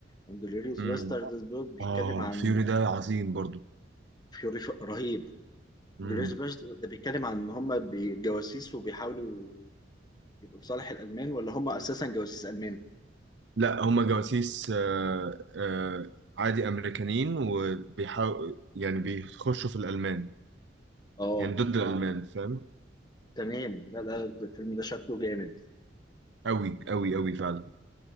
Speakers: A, on the left (about 20°); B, on the right (about 65°).
A: انجلوريوس
B: امم
A: باسترد دول بيتكلم
B: اه
A: عن
B: فيوري ده عظيم برضو
A: فيوري ف- رهيب
B: امم
A: انجلوريوس باسترد ده بيتكلم عن ان هم بي- جواسيس وبيحاولوا يبقوا لصالح الالمان ولا هم اساسا جواسيس المان
B: لا هما جواسيس آه آه عادي امريكانيين وبيحاول يعني بيخشوا في الالمان
A: اه
B: يعني ضد اه الالمان فاهم
A: تمام لا لا ده الفيلم ده شكله جامد
B: قوي قوي قوي فعلا